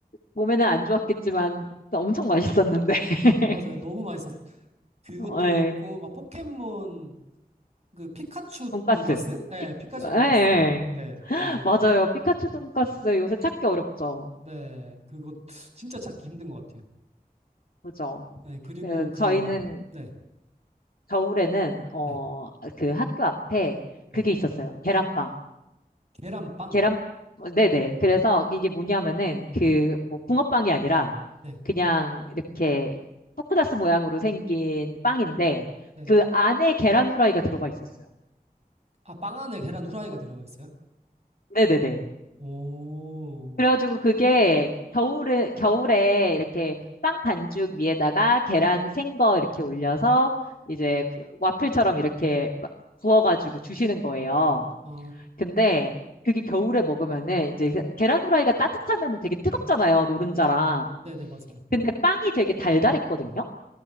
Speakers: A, on the left (about 65°); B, on the right (about 40°).
A: 몸에는 안 좋았겠지만 엄청 맛있었는데. <laughs>
B: 맞아요. 너무 맛있었. 그것도
A: 예,
B: 있고 막 포켓몬 그 피카츄
A: 돈까스.
B: 돈까스? 네, 피카츄
A: 예, 예.
B: 돈까스. 네, 그것도
A: 맞아요.
B: 있-
A: 피카츄 돈까스 요새 찾기 어렵죠.
B: 네, 그거 진짜 찾기 힘든 것 같아요.
A: 그죠?
B: 네, 그리고
A: 그
B: 그
A: 저희는
B: 네,
A: 겨울에는 어
B: 네,
A: 그 학교 앞에
B: 네.
A: 그게 있었어요. 계란빵.
B: 계란빵.
A: 계란 어, 네네. 그래서 이게 뭐냐면은 그 뭐 붕어빵이 아니라
B: 네,
A: 그냥 이렇게 포크다스 모양으로 생긴 빵인데
B: 네.
A: 그 안에 계란 후라이가 들어가 있었어요.
B: 아, 빵 안에 계란 후라이가 들어가 있어요?
A: 네네네.
B: 오.
A: 그래가지고 그게 겨울에 겨울에 이렇게 빵 반죽 위에다가 계란 생거 이렇게 올려서 이제 와플처럼 이렇게 막 구워가지고 주시는 거예요.
B: 아,
A: 근데 그게 겨울에 먹으면은 이제 계란 후라이가 따뜻하면은 되게 뜨겁잖아요, 노른자랑.
B: 네, 네, 맞아요.
A: 근데 빵이 되게 달달했거든요.